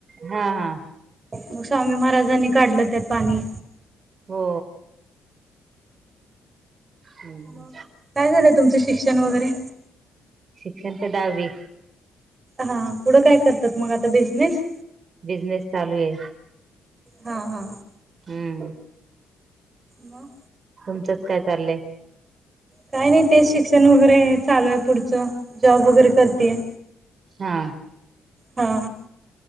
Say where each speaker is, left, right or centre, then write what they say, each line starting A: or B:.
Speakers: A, on the right (about 45°); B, on the right (about 30°).
A: हा हा
B: मग स्वामी महाराजांनी काढलं त्यात पाणी.
A: हो हम्म.
B: मग काय झालंय तुमचं शिक्षण वगैरे?
A: शिक्षण दहावी.
B: हा पुढं काय करतात मग आता बिझनेस?
A: बिझनेस चालू आहे
B: हा हा
A: हम्म.
B: मग
A: तुमचंच काय चाललंय?
B: काय नाही तेच शिक्षण वगैरे चालू आहे पुढचं जॉब वगैरे करतीये.
A: हा
B: हा